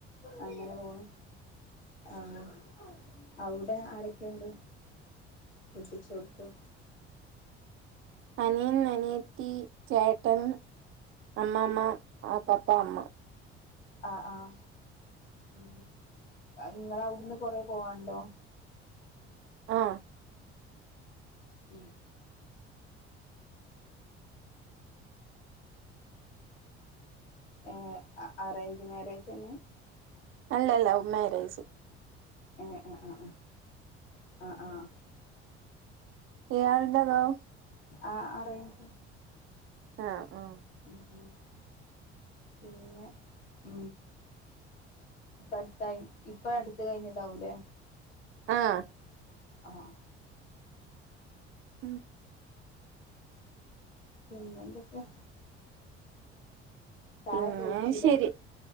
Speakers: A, on the left; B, on the right.
A: അങ്ങനെ പോണ് ആഹ അവിടെ ആരൊക്കെയുണ്ട് കെട്ടിച്ചോട്ത്ത്
B: അനിയൻ, അനിയത്തി, ചേട്ടൻ അമ്മമ്മ, ആ പപ്പാ, അമ്മ
A: ആഹ ആഹ ഉ നിങ്ങ അവിടുന്ന് കൊറ പോവാണ്ടോ
B: ആഹ
A: ഉം ഏ അറേഞ്ച് മാരേജ്ന്നെ
B: അല്ലല്ല മ്യാരേജ്
A: ഹ ആഹ ആ ആ ആഹ ആഹ
B: യാളന്താതാവ
A: ആ അറ ഇഞ്ച്
B: ആഹ ആഹ
A: പിന്നെ ഉ ഇപ്പ അടുത്ത ഇപ്പ അടുത്ത കഴിഞ്ഞതാവൂലേ
B: ആഹ
A: ആഹ
B: മ്
A: പിന്നെന്തെക്കെയാ? ചായൊക്കെ
B: പിന്നെ
A: കുടിച്ചില്ലേ,
B: ശരി